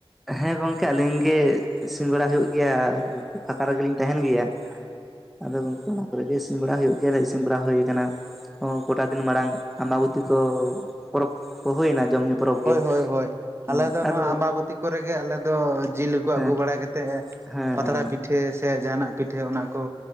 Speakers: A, in the centre; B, on the right.
A: ᱦᱮᱸ ᱜᱚᱝᱠᱮ ᱟᱹᱞᱤᱧ ᱜᱮ ᱤᱥᱤᱱ ᱵᱮᱲᱟ ᱦᱩᱭᱩᱜ ᱜᱮᱭᱟ ᱯᱷᱟᱠᱟ ᱨᱮᱜᱮ ᱞᱤᱧ ᱛᱟᱦᱮᱱ ᱜᱮᱭᱟ᱾
B: <inaudible>
A: ᱟᱫᱚ ᱜᱚᱢᱠᱮ ᱚᱱᱟ ᱠᱚᱨᱮ ᱜᱮ ᱤᱥᱤᱱ ᱵᱟᱲᱟ ᱦᱩᱭᱩᱜ ᱜᱮᱭᱟ ᱤᱥᱤᱱ ᱵᱟᱲᱟ ᱦᱩᱭ ᱠᱟᱱᱟ᱾ ᱜᱚᱴᱟ ᱫᱤᱱ ᱢᱟᱲᱟᱝ ᱟᱢᱵᱟᱵᱚᱛᱤ ᱠᱚ ᱯᱚᱨᱚᱵᱽ ᱠᱚ ᱦᱩᱭ ᱱᱟ ᱡᱚᱢ ᱧᱩ ᱯᱚᱨᱚᱵᱽ
B: ᱦᱳᱭ
A: ᱜᱮ
B: ᱦᱳᱭ ᱦᱳᱭ
A: ᱦᱩᱸ
B: ᱟᱞᱮ ᱫᱚ ᱱᱚᱣᱟ
A: ᱟᱫᱚ
B: ᱟᱢᱵᱟᱵᱚᱛᱤ ᱠᱚᱨᱮ ᱜᱮ ᱟᱞᱮ ᱫᱚ ᱡᱤᱞ ᱠᱚ
A: ᱦᱮᱸ
B: ᱟᱹᱜᱩ ᱵᱟᱲᱟ ᱠᱟᱛᱮᱫ
A: ᱦᱮᱸ
B: ᱯᱟᱛᱲᱟ
A: ᱦᱮᱸ
B: ᱯᱤᱴᱷᱟᱹ ᱯᱤᱴᱷᱟᱹ ᱥᱮ ᱡᱟᱦᱟᱱᱟᱜ ᱯᱤᱴᱷᱟᱹ ᱚᱱᱟ ᱠᱚ